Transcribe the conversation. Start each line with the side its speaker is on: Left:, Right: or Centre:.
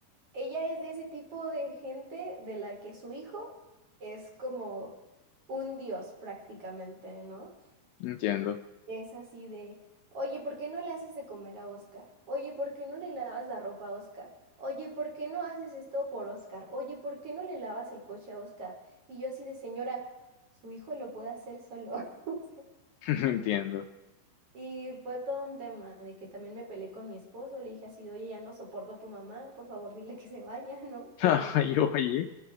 Right: ella es de ese tipo de gente de la que su hijo es como un dios prácticamente, ¿no?
Left: entiendo,
Right: Es así de, oye, ¿por qué no le haces de comer a Oscar? Oye, ¿por qué no le lavas la ropa a Oscar? Oye, ¿por qué no haces esto por Oscar? Oye, ¿por qué no le lavas el coche a Oscar? Y yo así de, señora, su hijo lo puede hacer solo. <laughs>
Left: <laughs> entiendo.
Right: Y fue todo un tema de que también me peleé con mi esposo, le dije así de, oye, ya no soporto a tu mamá, por favor dile que se vaya, <laughs> ¿no?
Left: <laughs>
Right: Que con,
Left: Ay, oye.